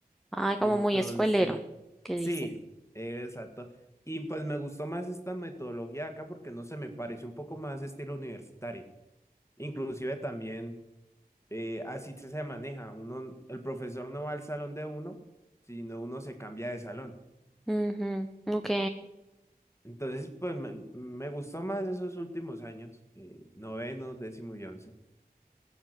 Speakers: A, in the centre; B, on the left.
A: Ay,
B: Entonces,
A: como muy escuelero, que
B: sí,
A: dicen.
B: exacto. Y pues me gustó más esta metodología acá porque no se me parece un poco más estilo universitario. Inclusive también eh, así se se maneja. Uno, el profesor no va al salón de uno, sino uno se cambia de salón.
A: Ujú. Ok,
B: Entonces, pues me, me gustó más esos últimos años, eh, noveno, décimo y once,